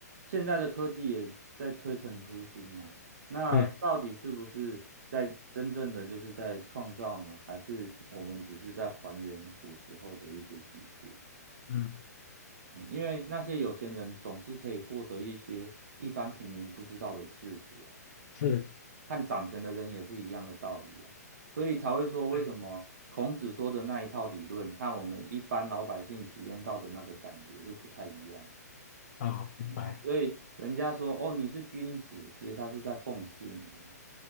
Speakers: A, on the right; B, on the left.
A: 现在的科技也在推陈出新呐、那到底是不是在真正的就是在创造呢？
B: 对，
A: 还是我们只是在还原古时候的一些技术？
B: 嗯
A: 嗯，因为那些有钱人总是可以获得一些一般平民不知道的事实啊。
B: 是，
A: 和掌权的人也是一样的道理啊，所以才会说为什么孔子说的那一套理论和我们一般老百姓体验到的那个感觉是不太一样。
B: 对，啊，明白
A: 嗯，所以人家说哦你是君子，其实他是在讽刺你啊